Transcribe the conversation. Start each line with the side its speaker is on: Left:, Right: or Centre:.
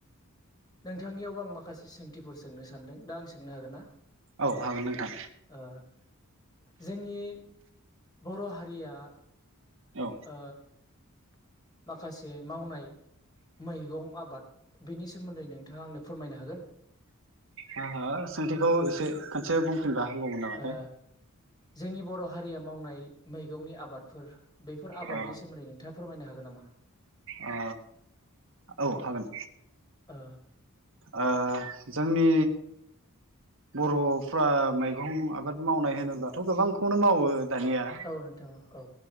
Left: नोंथांनियावबो आं माखासे सोंथिफोर सोंनो सान्दों दा आं सोंनो हागोन ना?
Right: औ हागोन नोंथां।
Left: ओ जोंनि बर' हारिया
Right: औ
Left: ओ माखासे मावनाय मैगं आबाद बिनि सोमोन्दै नोंथांङा आंनो फोरमायनो हागोन।
Right: हो हो सोंथिखौ एसे खनसे बुंफिनबा हामगौमोन नामाथाय
Left: ओ जोंनि बर' हारिया मावनाय मैगंनि आबादफोर बेफोर आबादनि
Right: अ
Left: सोमोन्दै नोंथांङा फोरमायनो हागोन नामा?
Right: अ औ हागोन
Left: ओ
Right: ओ जोंनि बर'फ्रा मैगं आबाद मावनाय होनोब्लाथ' गोबांखौनो मावो दानिया
Left: औ नोंथां औ